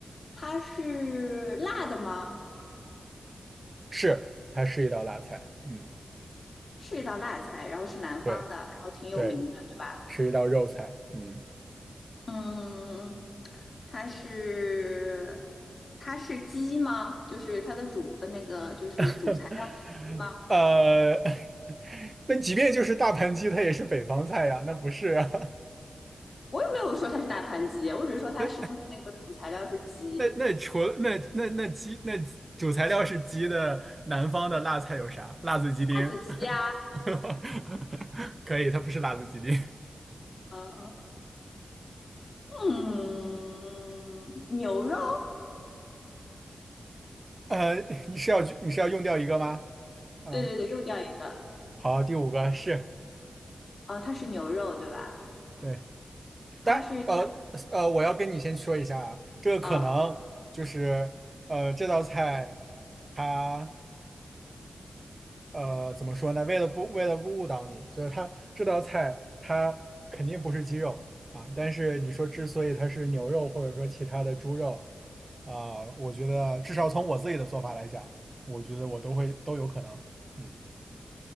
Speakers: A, on the left; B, on the right.
A: 它是辣的吗？
B: 是，它是一道辣菜。嗯，
A: 是一道辣菜，然后是南方的，
B: 对，
A: 然后挺有名的，
B: 对，
A: 对吧？
B: 是一道肉菜。嗯，
A: 嗯，它是它是鸡吗？就是它的主呃那个就是主材料鸡吗？
B: <laughs> 呃，<laughs> 那即便就是大盘鸡，它也是北方菜呀，那不是啊？
A: 我也没有说它是大盘鸡，我只是说它是不是那个主材料是鸡，
B: <laughs> 那那那除了那那那鸡那鸡主材料是鸡的，南方的辣菜有啥？辣子鸡丁，
A: 辣子鸡呀，
B: <laughs> 可以，它不是辣子鸡丁。
A: 呃，嗯，牛肉？
B: 呃，你是要你是要用掉一个吗？啊，
A: 对对对，又掉一个。
B: 好，第五个是
A: 哦，它是牛肉，对吧？
B: 对，但呃呃，
A: 它是。
B: 我要跟你先说一下啊，这个可能就是呃这道菜
A: 啊，
B: 它。呃，怎么说呢？为了不为了不误导你，就是它这道菜它肯定不是鸡肉啊，但是你说之所以它是牛肉或者说其他的猪肉，啊，我觉得至少从我自己的做法来讲，我觉得我都会都有可能。嗯